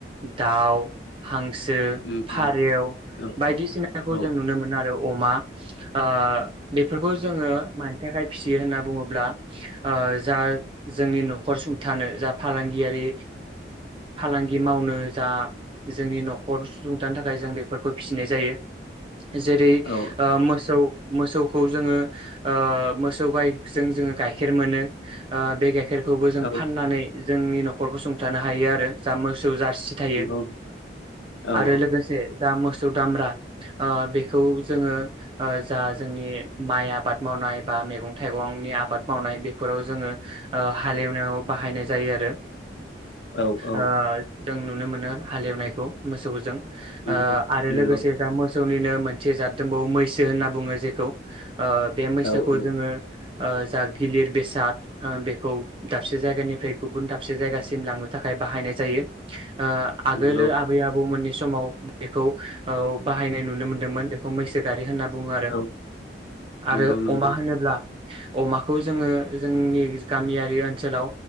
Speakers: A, on the right; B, on the left.
A: दाउ, हां सो,
B: उम
A: फारेव
B: उम औ
A: बायदिसिनाखौ
B: औ औ
A: जों नुनो मोनो आरो। अमा आ बेफोरखौ जोङो मानि थाखाय फिसियो होनना बुङोब्ला ब्ला ओ जा जोंनि न'खर सुंथानो जा फालांगियारि फालांगि मावनो जा जोंनि न'खर सुंथानो थाखाय जों बेफोरखौ फिसिनाय जायो जेरै
B: औ
A: ओ मोसौ मोसौखौ जोङो ओ मोसौ गाय जों जोङो गाइखेर मोनो ओ बे गाइखेर खौबो जों
B: औ
A: फाननानै जोंनि न'खरखौ सुंथानो हायो आरो जा मोस - जारसि थायो
B: नंगौ औ
A: आरो लोगोसे जा मोस सौ दामब्रा ओ बेखौ जोङो ओ जा जोंनि माइ आबाद मावनाय बा मेगं थाइगं गंनि आबाद मावनाय बेफोराव जोङो ओ हालएवनायाव बाहायनाय जायो आरो।
B: औ औ
A: ओ दों नुनो मोनो हालएवनायखौ मोसौजों ओ
B: नंगौ
A: आरो
B: नंगौ
A: लोगोसे दा मोसौ सौनिनो मोनसे जाद दोंबावो मैसो होनना बुङो जेखौ ओ बे मैसोखौ
B: औ औ
A: जोङो ओ जा गिलिर बेसाद ओ बेखौ दाबसे जायगानिफ्राय गुबुन दाबसे जायगासिम लांनो थाखाय बाहायनाय जायो। ओ आगोलो
B: नंगौ
A: आबै आबौमोननि स माव बेखौ बाहायनाय नुनो मोनदोंमोन बेखौ मैसो गारि होनना बुङो आरो
B: औ
A: आरो
B: नंगौ नंगौ
A: अमा होनोब्ला अमाखौ जोङो जोंनि गामियारि ओनसोलाव